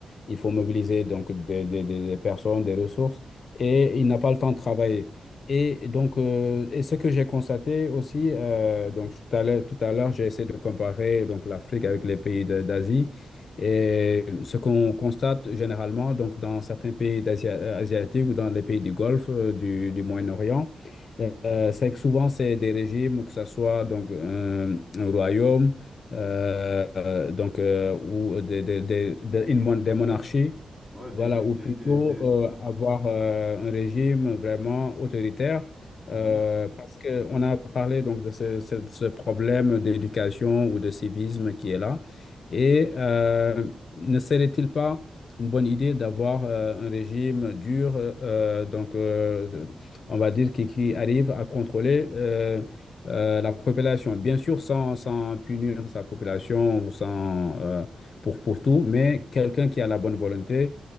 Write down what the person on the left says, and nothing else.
Il faut mobiliser donc des, des- des- des personnes, des ressources, et il n'a pas le temps de travailler. Et donc, euh, et ce que j'ai constaté aussi, euh, donc tout à l'heure, tout à l'heure, j'ai essayé de comparer donc l'Afrique avec les pays de- d'Asie. Et ce qu'on constate généralement, donc dans certains pays d'Asie- euh, asiatiques ou dans les pays du Golfe, euh, du, du Moyen-Orient, euh, c'est que souvent c'est des régimes, que ce soit donc un, un royaume euh, donc, euh, ou des, des, des, des- une des
monarchies
voilà,
ou
plutôt
euh, avoir euh, un régime vraiment autoritaire, euh,
parce qu'on a parlé donc de ce, ce- ce problème d'éducation ou de civisme qui est là. Et euh, ne serait-il pas une bonne idée d'avoir euh, un régime dur, euh, donc euh, de- on va dire qui, qui arrive à contrôler euh, euh, la population, bien sûr sans, sans punir sa population, sans, euh, pour, pour tout, mais quelqu'un qui a la bonne volonté